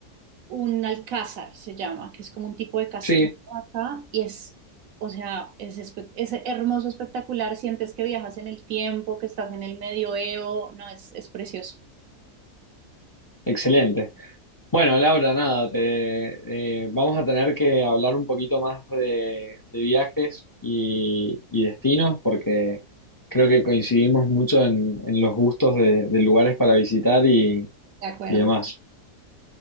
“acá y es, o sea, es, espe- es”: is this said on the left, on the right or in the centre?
Right